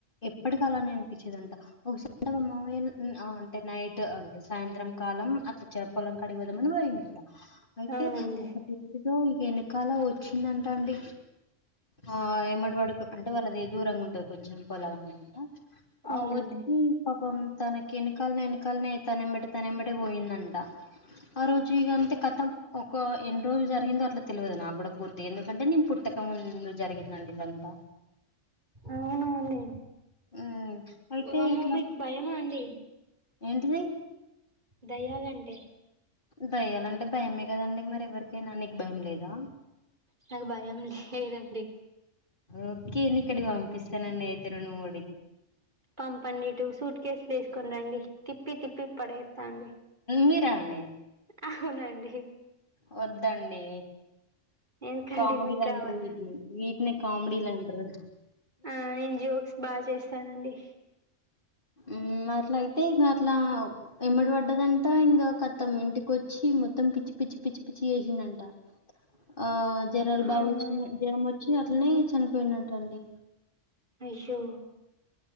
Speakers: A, on the left; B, on the right.
A: ఎప్పటికి అలానే అనిపించేదంట ఒకస మాల్ అంటే నైట్ సాయంత్రం కాలం చెప్ పొలంక అడిగి పోదామ్మని వరి ఉంటే అయితే
B: అవునండి
A: ఒక క్కాల వచ్చిందంట అండి ఆ ఎమ్మటి వాడుకు అంటే వాళ్ళది దూరంగా ఉంటది కొంచెం పొలం అనమాట
B: అవునండి
A: ఆ వచ్చి పాపం తనకి ఎనకాల ఎనకాలనే తనంబడిటి తనంబటే పోయిందంటా ఆ రోజు ఇగంతే కతం ఒక ఎన్ని రోజులు జరిగిందో అట్ల తెల్వదు నాకు కూడా పూర్తి ఎందుకంటే నేను పుట్టక ముందు జరిగిందండి ఇదంతా
B: అవునా అండి
A: ఉమ్ అయితే
B: వామ్మో
A: ఇట్లా
B: మీకు భయమా అండి
A: ఏంటిది
B: దయ్యాలుంటయ్
A: దయ్యాలంటే భయమే కదండి మరి ఎవరికైనా నీకు భయం లేదా
B: నాకు భయం లేదండి
A: ఓకే నీకడి పంపిస్తానండి అయితే రెండు మూడు
B: పంపండి ఇటు సూట్ కేసులు తీసుకుని రండి తిప్పి తిప్పి పడేస్తాండి
A: మీరా అండి
B: అవునండి
A: వద్దండి
B: ఎందుకండి
A: కామెడి
B: మీకు
A: లంటరు
B: కావాలా
A: వీటిని వీటిని కామెడిలంటరు
B: ఆ నేను జోక్స్ బాగ చేస్తానండి
A: ఉమ్ అట్లయితే ఇంక అట్లా ఎమ్మటి పడ్డదంటా ఇంకా కత్తం ఇంటికొచ్చి మ మొం పిచ్చి పిచ్చి పిచ్చి పిచ్చి చేససినంట ఆ జ్వరాలు బాగా
B: అవునా
A: వచ్చిన జ్వరం వచ్చి అట్లనే చనిపోయినట్టండి
B: అషో